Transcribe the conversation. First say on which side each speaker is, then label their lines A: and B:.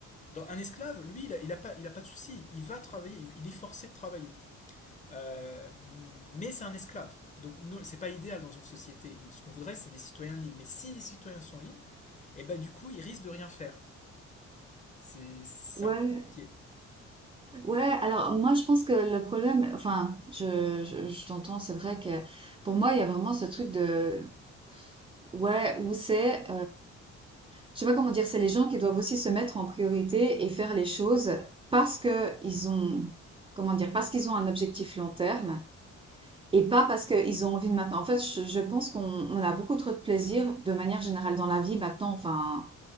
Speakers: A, on the left; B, on the right.
A: Dans, un esclave, lui, il n'a il a pas, il a pas de souci, il va travailler, il, il est forcé de travailler. Euh, mais c'est un esclave. Donc non, c'est pas idéal dans une société. Ce qu'on voudrait, c'est des citoyens libres. Mais si les citoyens sont libres, et ben, du coup, ils risquent de rien faire. C'est c'est
B: Ouais,
A: un peu compliqué.
B: ouais. Alors moi, je pense que le problème, enfin, je, je, je t'entends. C'est vrai que pour moi, il y a vraiment ce truc de, ouais, où c'est. je sais pas comment dire, c'est les gens qui doivent aussi se mettre en priorité et faire les choses parce que ils ont, comment dire, parce qu'ils ont un objectif long terme et pas parce qu'ils ont envie de maintenant. En fait, je, je pense qu'on on a beaucoup trop de plaisir de manière générale dans la vie maintenant, enfin,